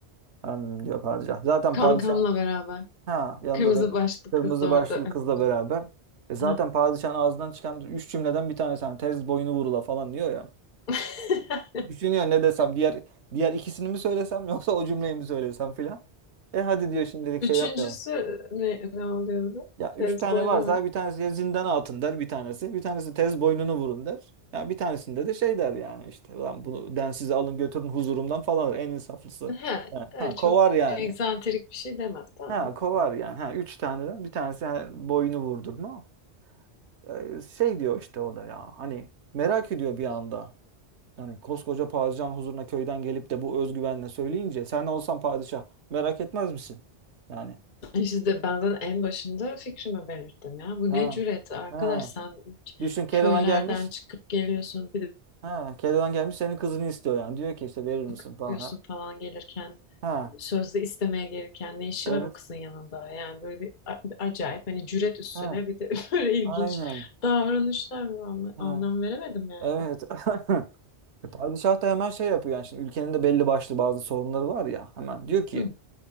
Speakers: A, on the right (about 80°); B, on the left (about 45°).
A: Hem diyor padişah. Zaten
B: Kankamla
A: padişah
B: beraber.
A: Ha, yanında
B: Kırmızı
A: da
B: başlı
A: kırmızı
B: kız da
A: başlıklı
B: orada. Ay,
A: kızla
B: böyle
A: beraber.
B: bir-
A: E zaten
B: Ha.
A: padişahın ağzından çıkan üç cümleden bir tanesi hani tez boynu vurula falan diyor ya.
B: <laughs>
A: Düşünüyor ne desem diğer diğer ikisini mi söylesem yoksa o cümleyi mi söylesem filan. E hadi diyor şimdilik
B: Üçüncüsü
A: şey yapmayalım.
B: ne, ne oluyordu?
A: Ya üç
B: Tez
A: tane
B: boynu
A: varsa
B: mu?
A: bir tanesi ya zindana atın der bir tanesi. Bir tanesi tez boynunu vurun der. Ya bir tanesinde de şey der yani işte. Ulan bunu densiz alın götürün huzurumdan falan der. En insaflısı.
B: He,
A: Yani,
B: öyle
A: ha kovar
B: çok
A: yani.
B: egzantrik bir şey demez tamam
A: Ha
B: mı?
A: kovar yani. Ha üç taneden bir tanesi yani boynu vurdurma. E, şey diyor işte o da ya hani merak ediyor bir anda. Yani koskoca padişahın huzuruna köyden gelip de bu özgüvenle söyleyince sen olsan padişah merak etmez misin? Yani
B: İşte de benden en başında fikrimi belirttim ya. Bu
A: ha
B: ne cüret arkadaş
A: ha
B: sen
A: düşün Keloğlan
B: köylerden
A: gelmiş.
B: çıkıp geliyorsun bir de
A: Ha Keloğlan gelmiş senin kızını istiyor yani. Diyor ki işte verir misin
B: bakıyorsun
A: falan. Ha,
B: falan gelirken
A: ha
B: sözde istemeye gelirken ne işi
A: evet.
B: var o kızın yanında? Yani böyle bir a- acayip hani cüret üstüne
A: Ha
B: bir de <laughs> böyle ilginç
A: aynen.
B: davranışlar Anla-
A: Ha
B: anlam veremedim yani.
A: evet. <laughs> E, Padişah da hemen şey yapıyor yani şimdi ülkenin de belli başlı bazı sorunları var ya hemen diyor ki
B: <clears throat>